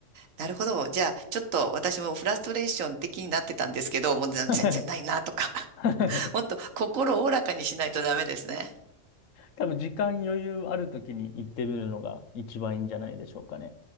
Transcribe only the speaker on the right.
なるほど。じゃあ、ちょっと私もフラストレーション的になってたんですけど、もう全然ないなとか。
<laughs>
もっと心をおおらかにしないとダメですね。